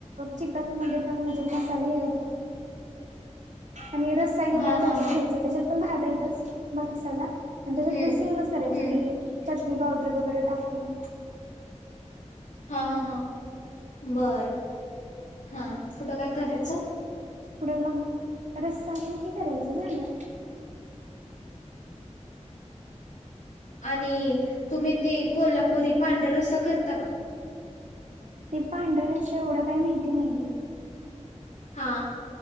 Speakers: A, on the right (about 80°); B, on the left (about 85°).
A: चिकन मध्ये पण म्हणजे मसाला हे होतो. आणि रसा एकी इकडं
B: हा
A: करायला
B: हा हा
A: घ्यायचं त्याच्यात पण भाजायाचाच मसाला आणि त्याच्यात
B: हम्म
A: पण सेमच करायचं
B: हम्म
A: की चटणी पावडर वगैरे टाकून
B: हा हा हा बरं हा कुटं काय करायचं.
A: पुढं मग रसा आणि हे करायचं झालं.
B: आणि तुम्ही ते कोल्हापुरी पांढरा रसा करता का?
A: ते पांढरा रसा एवढं काही माहिती नाहीये.
B: हा.